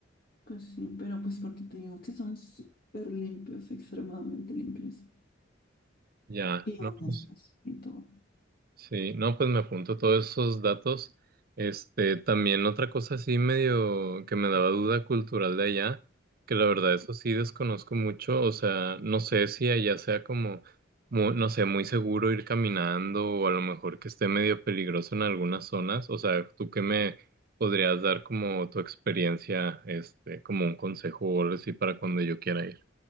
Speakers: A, on the left; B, on the right.
A: Pues sí, pero pues porque te digo que son súper limpios, extremadamente limpios
B: Ya,
A: y
B: no.
A: honestos
B: pues,
A: y todo.
B: Sí, no, pues me apunto todos esos datos. Este, también otra cosa así medio que me daba duda cultural de allá, que la verdad eso sí desconozco mucho, o sea, no sé si allá sea como, mu- no sé, muy seguro ir caminando o a lo mejor que esté medio peligroso en algunas zonas, o sea, ¿tú qué me podrías dar como tu experiencia, este, como un consejo o algo así para cuando yo quiera ir?